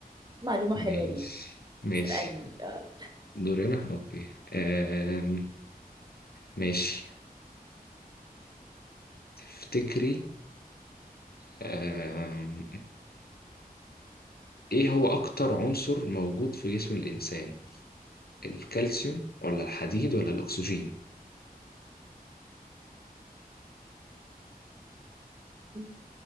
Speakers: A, on the right; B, on the left.
A: معلومة
B: ماشي
A: حلوة لينا
B: ماشي
A: اسألني آه.
B: دوري انا اوكي آم. ماشي تفتكري آم. ايه هو اكتر عنصر موجود في جسم الانسان الكالسيوم ولا الحديد ولا الاكسجين
A: <laughs>